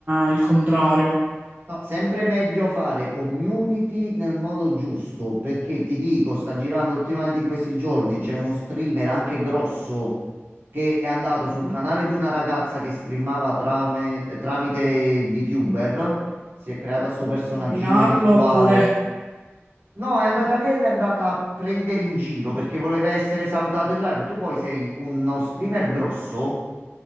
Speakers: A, on the right; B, on the right.
A: eh, il contrario.
B: No, sempre meglio fare community nel modo giusto, perché ti dico, sta girando ultimamente in questi giorni, c'è uno streamer anche grosso che è andato sul
A: Mhm.
B: canale di una ragazza che streamava trame- eh, tramite VTuber, si è creata sto personaggino
A: Può Nominarlo
B: virtuale.
A: oppure...
B: No, è andata lì e l'è andata a prendere in giro perché voleva essere salutato in live. Tu poi sei uno streamer grosso